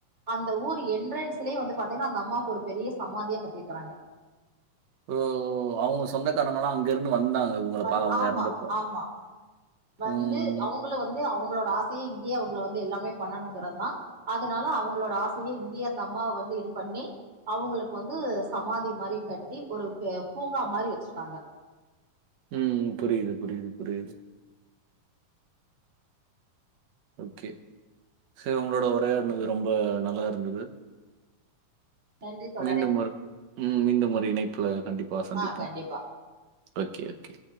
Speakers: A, on the right; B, on the right.
A: அந்த ஊர் என்ட்ரன்ஸ்லே வந்து பாத்தீங்கனா அந்த அம்மாவுக்கு ஒரு பெரிய சமாதியா கட்டியிருக்குறாங்க
B: ஓ அவங்க சொந்தக்காரங்கள்லா அங்க இருந்து வந்தாங்க உங்கள
A: வந்
B: பா அவங்க
A: ஆமா
B: இறந்தப்ப.
A: ஆமா வந்து
B: ம்.
A: அவங் வந்து‌ அவங்களோட ஆசையே இங்கேயே அவங்கள வந்து எல்லாமே பண்ணணுங்கறதா அதனால அவங்களோட ஆசையே இங்கயே அந்த அம்மாவ வந்து இது பண்ணி அவங்களுக்கு வந்து சமாதி மாரி கட்டி ஒரு பூங்கா மாரி வச்சிருக்காங்க
B: ம் புரியுது புரியுது புரியுது ஓகே சரி உங்களோட உரையாடுனது ரொம்ப நல்லா இருந்தது
A: நன்றி தோழரே
B: மீண்டும் முற் ம் மீண்டும் ஒரு இணைப்புல கண்டிப்பா சந்திப்போ
A: ஆ கண்டிப்பா
B: ஓகே ஓகே